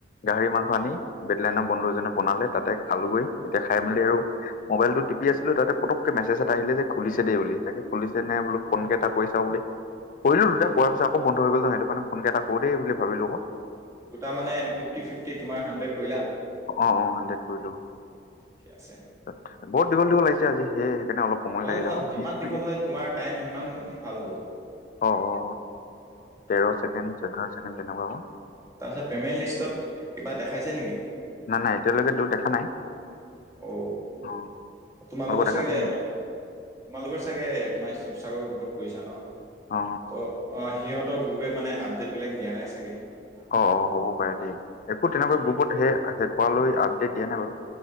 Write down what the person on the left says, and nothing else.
গাহৰি মাংস
আনি <unintelligible> বন্ধু এজনে বনালে তাতে খালোগৈ, এতিয়া খাই মেলি আৰু মোবাইলটো টিপি আছিলোঁ তাতে পুতক মেছেজ এটা আহিলে যে খুলিছে দেই বুলি তাকে খুলিছে নে নাই বোলো ফোনকে এটা কৰি চাওঁ বুলি কৰিলোঁ দুটা কোৱাৰ পিছত আকৌ বন্ধ হৈ গল নহয় সেই কাৰণে ফোনকে এটা কৰো দেই বুলি ভাবিলো অ'ক
অ অ হাণ্ড্ৰেড কৰিলোঁ
তাত বহুত দীঘল দীঘল আহিছে আজি সেই সেইকাৰণে অলপ সময়
লাগিলে
আকৌ
বিশ
মিনিট
অ অ
তেৰ ছেকেণ্ড, চৈধ্য ছেকেণ্ড তেনেকুৱা ক
নাই নাই এতিয়া লৈকে টো দেখা নাই
অ
দেখাইছে
নেকি
অ
অ অ হ'ব পাৰে দেই! একো তেনেকুৱা
গ্ৰুপত সেই কোৱালৈ আপডেট দিয়া নাই বাৰু?